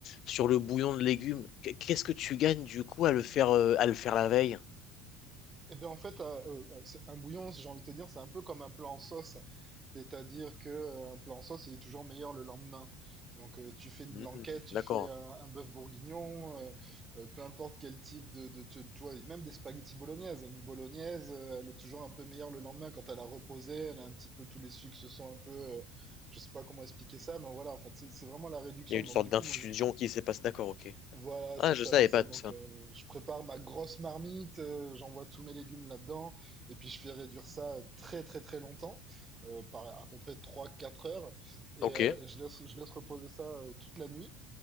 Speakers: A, on the left; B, on the right.
A: sur le bouillon de légumes. Qu- Qu'est-ce que tu gagnes, du coup, à le faire, euh, à le faire la veille?
B: Eh ben en fait, euh, euh, c'est- un bouillon, j'ai envie de te dire, c'est un peu comme un plat en sauce. C'est-à-dire que euh, un plat en sauce, il est toujours meilleur le lendemain. Donc, euh, tu fais une
A: Hmm,
B: blanquette, tu
A: d'accord.
B: fais un, un bœuf bourguignon, euh, euh, peu importe quel type de, de, de- tu vois, même des spaghettis bolognaises. Une bolognaise, euh, elle est toujours un peu meilleure le lendemain quand elle a reposé, elle a un petit peu tous les sucres se sont un peu, euh, je sais pas comment expliquer ça, mais voilà, en fait, c'est c'est vraiment la réduction.
A: Il y a une
B: Donc,
A: sorte
B: du
A: d'infusion
B: coup, moi, j'ai-
A: qui s'est passée. D'accord, ok.
B: voilà,
A: Ah,
B: c'est
A: je
B: ça,
A: savais
B: c'est ça.
A: pas
B: Donc,
A: tout ça.
B: euh, je prépare ma grosse marmite, euh, j'envoie tous mes légumes là-dedans, et puis je fais réduire ça euh, très, très, très longtemps, euh, par à peu près trois, quatre heures, et,
A: Ok,
B: euh, et je laisse, je laisse reposer ça euh, toute la nuit,